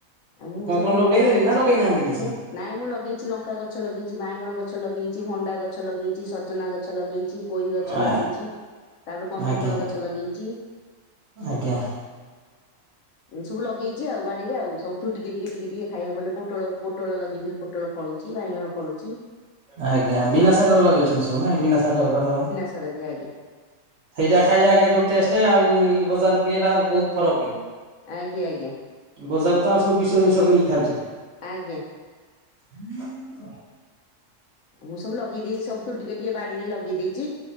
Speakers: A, on the left; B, on the right.
A: ଆଉ ମୁଁ
B: କଣ
A: ସବୁ
B: କଣ ଲଗେଇଲେଣି
A: ଲଗେଇଚି।
B: ନା ଲଗେଇ ନାହାନ୍ତି କିଛି?
A: ମୁଁ ନାଇଁ ମୁଁ ଲଗେଇଚି ଲଙ୍କା ଗଛ ଲଗେଇଚି ବାଇଗଣ ଗଛ ଲଗେଇଚି ଭଣ୍ଡା ଗଛ ଲଗେଇଚି ସଜନା ଗଛ ଲଗେଇଚି। ପୋଇ ଗଛ
B: ଆ
A: ଲଗେଇଚି ତାପରେ କନ୍ଦମୂଳ
B: ଆଜ୍ଞା
A: ଗଛ ଲଗେଇଚି।
B: ଆଜ୍ଞା।
A: ସବୁ ଲଗେଇଛି ଆଉ ବାଡିରେ ଆଉ ସବୁୁ ଟିକେ ଟିକେ ଟିକେ ଟିକେ ଖାଇବାକୁଲେ ପୋଟଳ ପୋଟଳ ଲଗେଇଥିଲି। ପୋଟଳ ଫଳୁଛି, ବାଇଗଣ ଫଳୁଛି।
B: ଆଜ୍ଞା ବିନା ସାର ରେ ଲଗେଇଛନ୍ତି ସବୁ ନାଇଁ ବିନା ସାର <unintelligible>
A: ସରଜି ଆଜ୍ଞା।
B: ସେଇଟା ଖାଇବା ଆଜ୍ଞା ଯୋଉ ଟେଷ୍ଟ ଆଉ ଏଇ ବଜାର କିଣିବା ଟା ବହୁତ ଫରକ୍।
A: ଆଜ୍ଞା ଆଜ୍ଞା।
B: ବଜାର ତ ଆଉ ସବୁ ବିଷ ଜିନିଷ କିଣିକି ଖାଉଛେ।
A: ଆଜ୍ଞା।
B: ହଁ
A: ମୁଁ ସବୁ ଲଗେଇ ଦେଇଛି ସବୁ ତୁ ଟିକେ ଟିକେ ବାଡିରେ ଲଗେଇ ଦେଇଛି।